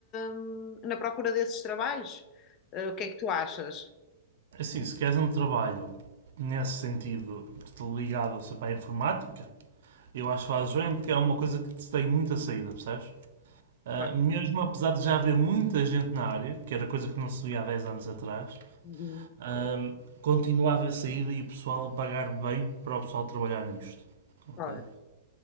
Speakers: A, on the left (about 25°); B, on the right (about 60°).
A: hum, na procura desses trabalhos. Eh, o que é que tu achas?
B: Assim, se queres um trabalho nesse sentido ligado, sei lá, à informática, Eu acho o AjoM porque é uma coisa que te tem muita saída, percebes? Ah,
A: Pois,
B: mesmo apesar de já haver muita gente na área, que era coisa que não se via há 10 anos atrás,
A: uhum,
B: ahm, continua a haver saída e o pessoal a pagar bem para o pessoal trabalhar nisto. ok?
A: pois.